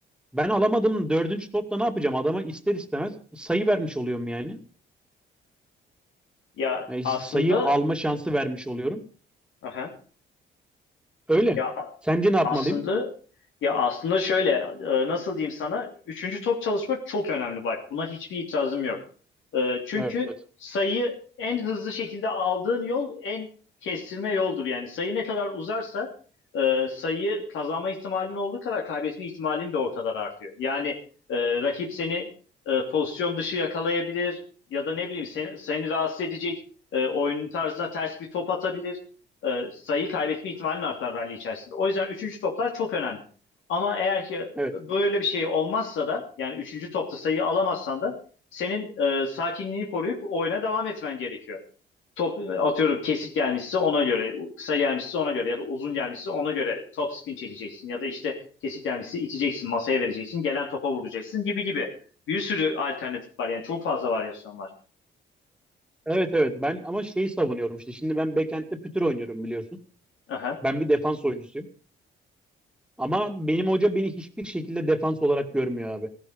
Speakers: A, in the centre; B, on the left.
A: Ben alamadım dördüncü topta ne yapacağım? Adama ister istemez sayı vermiş oluyorum yani.
B: Ya
A: Yani
B: aslında
A: sayı alma şansı vermiş oluyorum.
B: aha.
A: Öyle.
B: Ya
A: Sence ne yapmalıyım?
B: Aslında ya aslında şöyle e, nasıl diyeyim sana üçüncü top çalışmak çok önemli bak buna hiçbir itirazım yok. E, çünkü
A: Evet.
B: sayıyı en hızlı şekilde aldığın yol en kestirme yoldur. Yani sayı ne kadar uzarsa e, sayı kazanma ihtimalin olduğu kadar kaybetme ihtimalin de o kadar artıyor. Yani e, rakip seni e, pozisyon dışı yakalayabilir ya da ne bileyim seni, seni rahatsız edecek e, oyunun tarzına ters bir top atabilir e, sayı kaybetme ihtimalin artar rally içerisinde. O yüzden üçüncü toplar çok önemli. Ama eğer ki
A: Evet.
B: böyle bir şey olmazsa da yani üçüncü topta sayı alamazsan da senin e, sakinliğini koruyup oyuna devam etmen gerekiyor. Top atıyorum kesik gelmişse ona göre, kısa gelmişse ona göre ya da uzun gelmişse ona göre top spin çekeceksin ya da işte kesik gelmişse iteceksin, masaya vereceksin, gelen topa vuracaksın gibi gibi. Bir sürü alternatif var yani çok fazla varyasyon var.
A: Evet evet. Ben ama şeyi savunuyorum işte. Şimdi ben backend'de pütür oynuyorum biliyorsun.
B: Aha.
A: Ben bir defans oyuncusuyum. Ama benim hoca beni hiçbir şekilde defans olarak görmüyor abi.